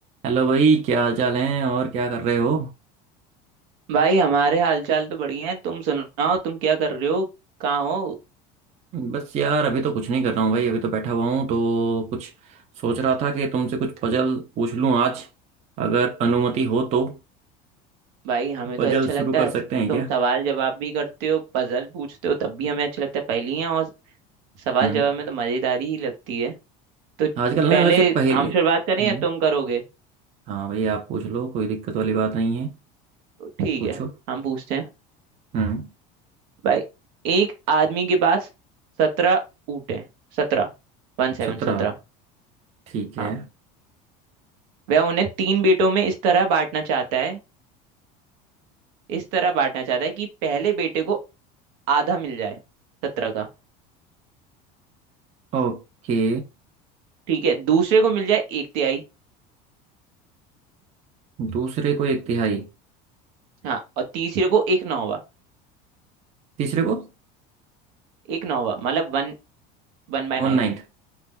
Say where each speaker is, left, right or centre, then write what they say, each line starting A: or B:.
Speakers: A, on the right; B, on the right.
A: Hello भाई क्या हाल चाल है और क्या कर रहे हो
B: भाई हमारे हालचाल तो बढ़िया है तुम सुनाओ तुम क्या कर रहे हो कहाँ हो
A: बस यार अभी तो कुछ नहीं कर रहा हूँ भाई अभी तो बैठा हुआ हूँ तो कुछ सोच रहा था कि तुमसे कुछ पजल पूछ लूँ आज अगर अनुमति हो तो
B: भाई हमें
A: पजल
B: तो अच्छा लगता
A: शुरू
B: है
A: कर सकते हैं
B: तुम
A: क्या
B: सवाल जवाब भी करते हो पजल पूछते हो तब भी हमें अच्छा लगता है पहेलियाँ और सवाल
A: हम्म
B: जवाब में तो मजेदारी ही लगती है तो
A: आजकल ना
B: पहले
A: वैसे पहेली
B: हम शुरुआत करें
A: हम्म
B: या तुम करोगे
A: हाँ भाई आप पूछ लो कोई दिक्कत वाली बात नहीं है
B: ठीक
A: पूछो
B: है हम पूछते हैं
A: हम्म
B: भाई एक आदमी के पास सत्रह ऊँट हैं सत्रह वन सेवन
A: सत्रह
B: सत्रह
A: ठीक है
B: हाँ वह उन्हें तीन बेटों में इस तरह बांटना चाहता है इस तरह बांटना चाहता है कि पहले बेटे को आधा मिल जाए सत्रह का
A: ओके
B: ठीक है दूसरे को मिल जाए एक तिहाई
A: दूसरे को एक तिहाई
B: हाँ और तीसरे को एक नौवा
A: तीसरे को
B: एक नौवा मतलब one one by
A: वन
B: nine
A: नाइन्थ